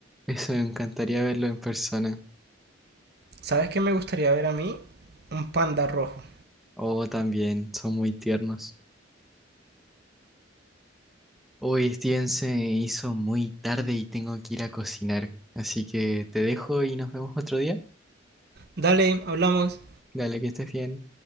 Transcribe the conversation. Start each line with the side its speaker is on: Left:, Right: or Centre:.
Centre: eso me encantaría verlo en persona.
Right: ¿Sabes qué me gustaría ver a mí? Un panda rojo.
Centre: Oh, también, son muy tiernos. Hoy Steven se hizo muy tarde y tengo que ir a cocinar, así que te dejo y nos vemos otro día.
Right: Dale, hablamos.
Centre: Dale, que estés bien.